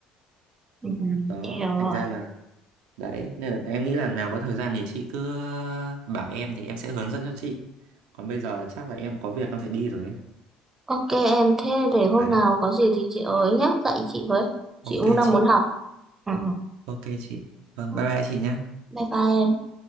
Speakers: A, on the right; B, on the right.
A: Ừ.
B: đó
A: Chị hiểu rồi.
B: thành ra là đấy nên là em nghĩ là nào có thời gian thì chị cứ ờ, bảo em thì em sẽ hướng dẫn cho chị còn bây giờ là chắc là em có việc em phải đi rồi ấy
A: Ok em, thế để hôm
B: đấy
A: nào có gì thì chị ơi nhá, dạy chị với. Chị
B: ok
A: cũng đang
B: chị
A: muốn học. Ừ.
B: ok chị vâng
A: ừ.
B: bye bye chị nhé
A: Bye bye em.